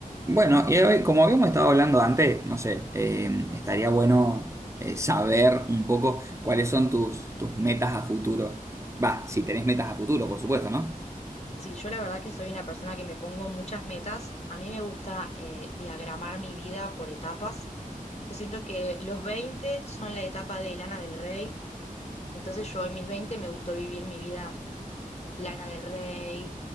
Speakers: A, on the right; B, on the left.
A: Bueno, y hoy, como habíamos estado hablando antes, no sé, eh, estaría bueno eh, saber un poco cuáles son tus, tus metas a futuro. Va, si tenés metas a futuro, por supuesto, ¿no?
B: Sí, yo la verdad que soy una persona que me pongo muchas metas. A mí me gusta eh, diagramar mi vida por etapas. Yo siento que los 20 son la etapa de Lana del Rey. Entonces yo en mis 20 me gustó vivir mi vida Lana del Rey,